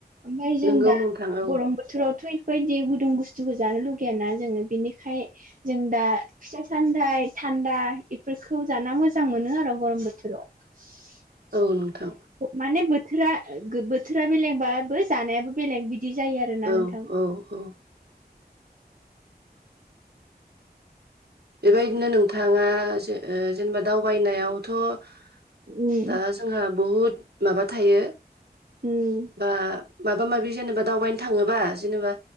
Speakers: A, on the right; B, on the right.
A: ओमफ्राय जों
B: नोंगौ
A: दा
B: नोंथां औ
A: गरम बोथोरावथ' बेफोरबायदि गुदुं बुस्थुखौ जानो लुगैयाना जोङो बिनिखाय जों दा फिथाइ- सामथाइ थान्दा इफोरखौ जाना मोजां मोनो आरो गरम बोथोराव। <unintelligible>
B: औ नोंथां।
A: माने बोथोरा -बोथोरा बेलेगबाबो जानायाबो बेलेग बिदि बिदि जायो आरोना
B: औ
A: नोंथां।
B: औ औ बेबायदिनो नोंथां नोंथाङा जे जेनेबा दावबायनायावथ'
A: उम
B: दा जोंहा बहुद माबा थायो
A: ओम।
B: बा माबा माबि जेनेबा दावबायनो थाङोबा जेनेबा